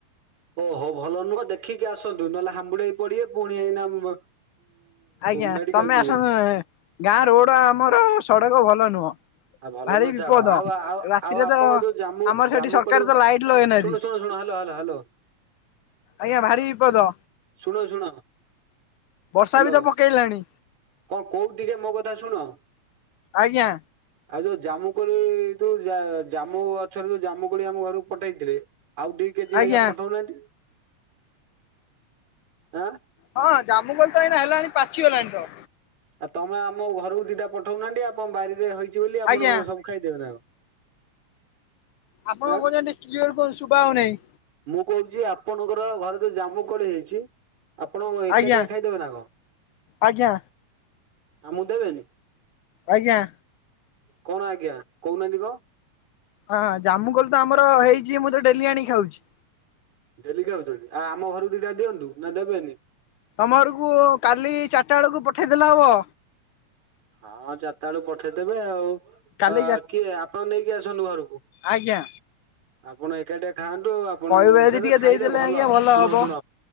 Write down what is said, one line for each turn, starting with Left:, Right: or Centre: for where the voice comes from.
Right: ଓହୋ ଭଲ ନୁହଁ ଦେଖିକି ଆସନ୍ତୁ ନହେଲେ ହାମ୍ବୁଡି ହେଇ ପଡିବେ ପୁଣି ଏଇନା ଉ
Left: ଆଜ୍ଞା
Right: ମେଡିକାଲ
Left: ତମେ
Right: ଯିବେ
Left: ଆସ ଗାଁ ରୋଡ ଆମର ସଡକ ଭଲ ନୁହଁ।
Right: ଆଉ ଭଲ
Left: ଭାରି
Right: ନ
Left: ବିପଦ
Right: ଛାଳ ଆଉ ଆଉ
Left: ରାତିରେ
Right: ଆଉ ଆପଣ
Left: ତ
Right: ଯୋଉ ଜମୁ
Left: ଆମର ସେଠି
Right: ଜମୁ
Left: ସରକାର
Right: କଳି
Left: ତ ଲାଇଟ୍ ଲଗେଇନାହାନ୍ତି
Right: ଶୁଣୁ ଶୁଣ ଶୁଣ ହଲୋ ହଲୋ ହଲୋ
Left: ଆଜ୍ଞା ଭାରି ବିପଦ
Right: ଶୁଣ ଶୁଣ
Left: ବର୍ଷା
Right: ହ୍ୟାଲୋ
Left: ବି ତ ପକାଇଲାଣି।
Right: କଣ କୋଉ ଟିକେ ମୋ କଥା ଶୁଣ।
Left: ଆଜ୍ଞା
Right: ଆଉ ଯୋଉ ଜାମୁ କୋଳି ଯୋଉ ଜାମୁ ଗଛରେ ଯୋଉ ଜାମୁ କୋଳି ଆମ ଘରକୁ ପଠେଇଥିଲେ ଆଉ ଦି କେଜି
Left: ଆଜ୍ଞା
Right: ବାଗିଆ ପଠଉନାହାନ୍ତି ଆଁ
Left: ହଁ ଜାମୁ ଗଲ ତ ଏଇନା ହେଲାଣି ପାଚି ଗଲାଣି ତ।
Right: ଆଉ ତମେ ଆମ ଘରକୁ ଦିଟା ପଠଉନାହାନ୍ତି ଆପଣ ବାରିରେ ହେଇଛି ବୋଲି ଆପଣ
Left: ଆଜ୍ଞା
Right: କଣ ସବୁ ଖାଇଦେବେ ନା କଣ
Left: ଆପଣଙ୍କ
Right: ଆଁ
Left: କହୁଛନ୍ତି କିଆର କୁହନ୍ତୁ ଶୁଭା ହଉନାହିଁ
Right: ମୁଁ କହୁଛି ଆପଣଙ୍କର ଘରେ ତୋ ଜାମୁ କଳି ହେଇଛି। ଆପଣ କଣ ଏକାଟିଆ
Left: ଆଜ୍ଞା
Right: ଖାଇଦେବେ ନା କଣ
Left: ଆଜ୍ଞା
Right: ଆମକୁ ଦେବେନି।
Left: ଆଜ୍ଞା
Right: କଣ ଆଜ୍ଞା କହୁନାହାନ୍ତି କଣ
Left: ହଁ ଜାମୁ କଲ ତ ଆମର ହେଇଛି ମୁଁ ତ ଡେଲି ଆଣଣିି ଖାଉଛି
Right: ଡେଲି ଖାଉଛନ୍ତି ଆଉ ଆମ ଘରକୁ ଦିଟା ଦିଅନ୍ତୁ ନା ଦେବେନି
Left: ତମରକୁ କାଲି ଚାରିଟା ବେଳକୁ ପଠେଇଦେଲା ହବ।
Right: ହଁ ଚାରିତା ବେଳୁ ପଠେଇଦେବେ ଆଉ।
Left: କାଲି
Right: ଅ
Left: ଚା
Right: କିଏ ଆପଣ ନେଇକି ଅସନ୍ତୁ ଘରକୁ
Left: ଆଜ୍ଞା
Right: ଆପଣ ଏକାଠି ଖାଆନ୍ତୁ ଆ ଆପଣ
Left: କହିବେ
Right: ଧ
Left: ଯଦି ଟିକେ
Right: ଖାଇଲେ
Left: ଦେଇଦେଲେ
Right: ଭଲ
Left: ଆଜ୍ଞା
Right: ଶୁଣ
Left: ହବ
Right: ଶୁଣ